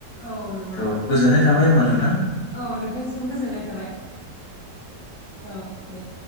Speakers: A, on the left; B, on the left.
A: औ नंगौ
B: थ'
A: नोंथां
B: गोजोननाय थाबाय होमबा नोंथां
A: औ नोंथांनिसिम गोजोननाय थाबाय। औ दे।